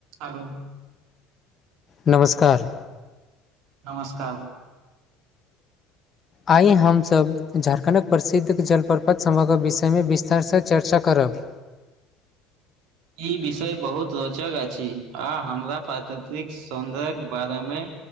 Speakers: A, on the right; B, on the left.
A: आरो
B: नमस्कार
A: नमस्कार
B: आइ हमसभ झारखण्डक प्रसिद्ध जलप्रपात सभहक विषयमे विस्तारसँ चर्चा करब करब
A: ई विषय बहुत रोचक अछि आ हमरा प्राकृतिक सौन्दर बारे मे